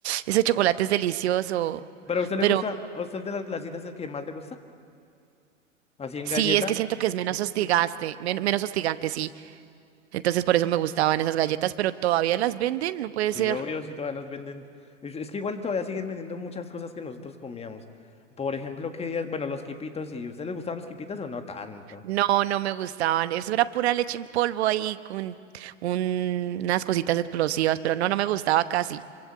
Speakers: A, on the right (about 55°); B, on the left (about 15°).
A: ese chocolate es delicioso.
B: Pero a usted le
A: Pero
B: gusta, a usted de las glacitas el que más le gusta, así en
A: sí,
B: galleta,
A: es que siento que es menos hostigaste, men- menos hostigante, sí. Entonces por eso me gustaban esas galletas, pero todavía las venden, no puede
B: sí,
A: ser.
B: obvio, sí, todavía las venden. Es, es que igual todavía siguen vendiendo muchas cosas que nosotros comíamos. Por ejemplo, que, ellas- bueno, los quipitos, ¿y a usted le gustaban los quipitos o no tanto?
A: No, no me gustaban. Eso era pura leche en polvo ahí con un- unas cositas explosivas, pero no, no me gustaba casi.